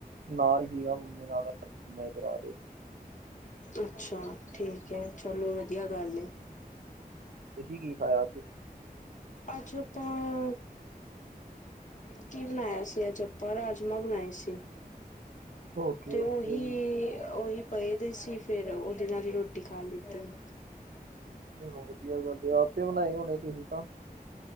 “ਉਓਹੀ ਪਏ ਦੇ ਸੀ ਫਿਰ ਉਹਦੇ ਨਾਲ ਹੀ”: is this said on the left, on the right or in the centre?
Left